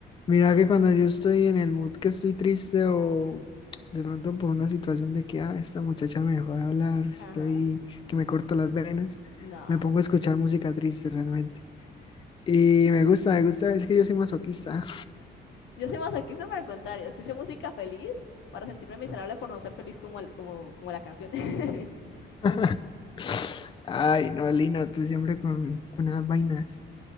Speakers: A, on the left (about 25°); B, on the left (about 70°).
A: Mira que cuando yo estoy en el mood que estoy triste o de pronto por una situación de que, ah, esta muchacha me dejó de hablar, estoy
B: Ajá,
A: que me corto las venas,
B: no.
A: me pongo a escuchar música triste realmente. Y me gusta, me gusta, es que yo soy masoquista.
B: Yo soy masoquista, pero al contrario, escucho música feliz para sentirme miserable por no ser feliz como, el, como, como la canción. <laughs>
A: <laughs> Ay, no, Lina, tú siempre con, con esas vainas.